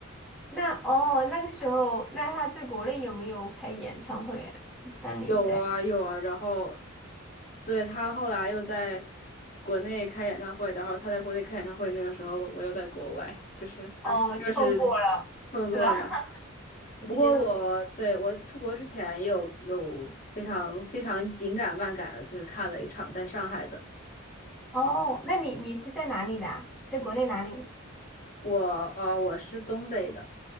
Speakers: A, in the centre; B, on the left.
A: 那哦，那个时候，那他在国内有没有开演唱会啊？当年在，
B: 有啊有啊，然后对他后来又在国内开演唱会，然后他在国内开演唱会，那个时候我我又在国外，就是哎，
A: 哦，
B: 就是
A: 错过了，
B: 错过了。
A: 是吧？<laughs> 直接都错
B: 不过我对我出国之前有有非常非常紧赶慢赶的，就是看了一场在上海的。
A: 哦，那你你是在哪里的啊在国内哪里？
B: 我呃我是东北的，